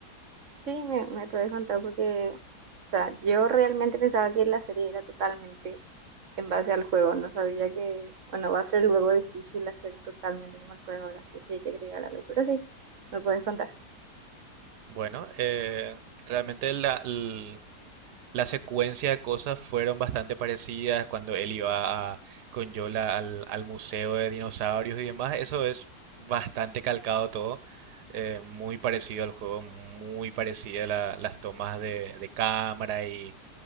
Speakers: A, on the right; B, on the right.
A: Sí, me, me podés contar porque, o sea, yo realmente pensaba que la serie era totalmente en base al juego. No sabía que, bueno, va a ser luego difícil hacer totalmente como el juego ahora sí, sí hay que agregar algo. Pero sí, me podés contar.
B: Bueno, eh, realmente la, l- la secuencia de cosas fueron bastante parecidas cuando él iba a- con Yola al, al museo de dinosaurios y demás. Eso es bastante calcado todo, eh, muy parecido al juego, muy parecida la- las tomas de, de cámara y